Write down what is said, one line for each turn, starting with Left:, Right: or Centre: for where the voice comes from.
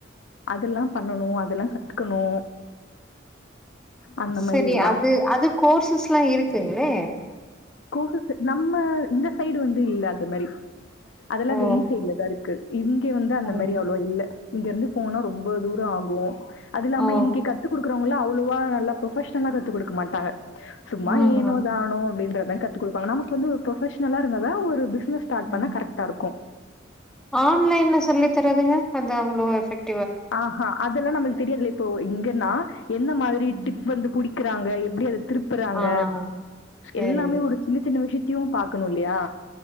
Left: அதல்லா பண்ணணு அதல்லா கத்துக்கணு அந்த
Centre: சேரி
Left: மாரி ஒரு
Centre: அது
Left: ஆச
Centre: அது கோர்சஸ்ல்லா இருக் த்து
Left: <unintelligible> நம்ம இந்த சைடு வந்து இல்ல அந்த மாரி அதெல்லா
Centre: ஓ
Left: வெளி சைடுலதா இருக்கு இங்க வந்து அந்த
Centre: ம்
Left: மாரி அவ்ளோவா இல்ல இங்க இருந்து போனா ரொம்ப தூரோ ஆகு அது இல்லாம
Centre: ஓ
Left: இங்க கத்து குடுக் குறவங்கள அவ்வளோவா நல்லா புரொஃஷ்னலா கத்து குடுக்க மாட்டாங்க சும்மா
Centre: ம்
Left: ஏனோ
Centre: ம்
Left: தனோ அப்டின்ற மாரி கத்து கேடுப்பாங்க நமக்கு வந்து ஒரு புரொஃப்ஷனலா இருந்தாதா ஒரு பிஸ் பிஸ்னஸ் ஸ்டாட் பண்ண
Centre: ம்
Left: கரெக்டா இருக்கு
Centre: ஆன்லைன்ல சொல்லி தர்றதுங்க அது அவ்வளோ எஃபெக்ட்
Left: ஆஹா அதெல்லா நமளுக் தெரியல இப்போ இங்கன்னா என்ன மாதிரி
Centre: ம்.
Left: டிப் வந்து குடி இருக்குறாங்க எப்டி அது திருப்புறாங்க
Centre: ஆ செரி
Left: எல்லாமே ஒரு சின்ன சின்ன விஷ்யத்தையு பாக் இருக்கணு இல்லையா